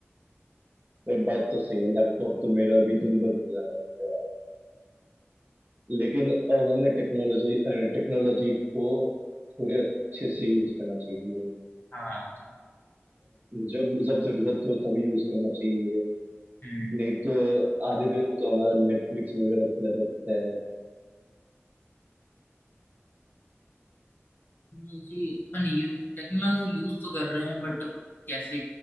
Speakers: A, on the right (about 40°); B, on the left (about 45°).
A: वही बात तो सही है लैपटॉप तो मेरा भी दिन भर खुला रहता है लेकिन अब हमें टेक्नोलॉजी टेक्नोलॉजी को थोड़े अच्छे से यूज करना चाहिए
B: हाँ तो,
A: जब जब जरूरत हो तभी यूज करना चाहिए
B: हम्म
A: नहीं तो आधे दिन तो हमारा नेटफ्लिक्स वगैरह खुला रहता है
B: टेक्नोलॉजी अपन यू टेक्नोलॉजी यूज तो कर रहे हैं बट कैसे